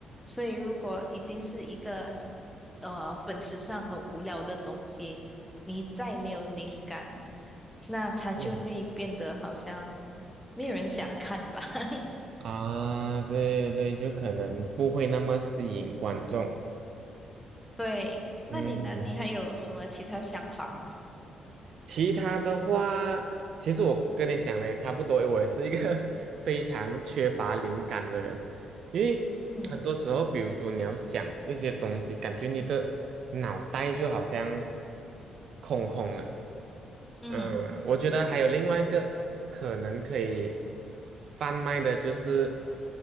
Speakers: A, in the centre; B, on the right.
A: 所以如果已经是一个呃本质上很无聊的东西，你再没有灵感，那它就会变得好像
B: 对
A: 没有人想看吧。<laughs>
B: 啊，对对对，就可能不会那么吸引观众。
A: 对，那你呢？
B: 嗯，
A: 你还有什么其他想法吗？
B: 其他的话，其实我跟你想的也差不多，我也是一个 <laughs> 非常缺乏灵感的人。因为很多时候，
A: 嗯
B: 比如说你要想一些东西，感觉你的脑袋就好像空空的。
A: 嗯
B: 嗯，我觉得还有另外一个可能可以贩卖的，就是